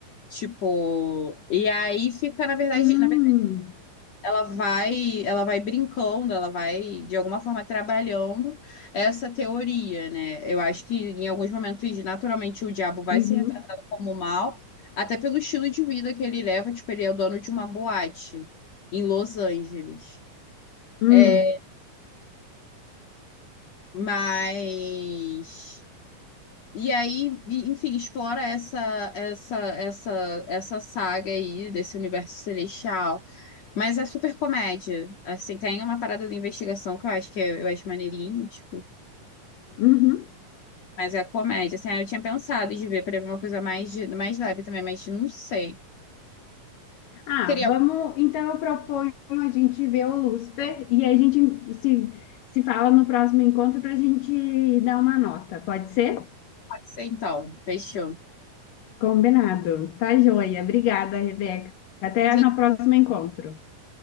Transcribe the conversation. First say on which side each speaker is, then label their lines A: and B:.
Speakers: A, on the left; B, on the left.
A: Tipo, e aí fica, na verdade,
B: hum,
A: na verdade, ela vai, ela vai brincando, ela vai de alguma forma trabalhando essa teoria, né? Eu acho que em alguns momentos, naturalmente, o diabo vai
B: uhum,
A: ser retratado como mal, até pelo estilo de vida que ele leva, tipo, ele é o dono de uma boate em Los Angeles.
B: hum,
A: É, Mas e aí, e- enfim, explora essa essa essa essa saga aí desse universo celestial, mas é super comédia. Assim, tem uma parada de investigação que eu acho que eu, eu acho maneirinho, tipo,
B: uhum.
A: mas é comédia. Assim, aí eu tinha pensado de ver para ver uma coisa mais de- mais leve também, mas não sei.
B: Ah,
A: Teria
B: vamos.
A: algo que
B: Então eu proponho a gente ver o Lúcifer e a gente se, se fala no próximo encontro para a gente dar uma nota, pode ser?
A: pode ser então. Fechou.
B: Combinado. Tá joia. Obrigada, Rebeca. Até
A: Gente,
B: no próximo encontro.